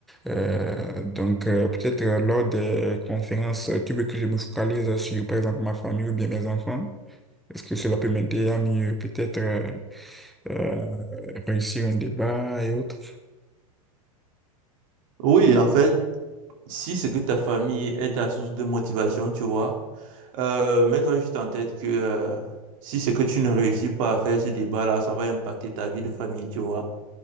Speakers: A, in the centre; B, on the right (about 65°).
A: euh, donc euh, peut-être lors des conférences, tu veux que je me focalise sur par exemple ma famille ou bien mes enfants? Est-ce que cela peut m'aider à mieux peut-être euh, euh, réussir un débat et autres?
B: Oui, en fait, si c'est que ta famille est ta source de motivation, tu vois, euh, mets-toi juste en tête que euh, si c'est que tu ne réussis pas à faire ce débat-là, ça va impacter ta vie de famille, tu vois.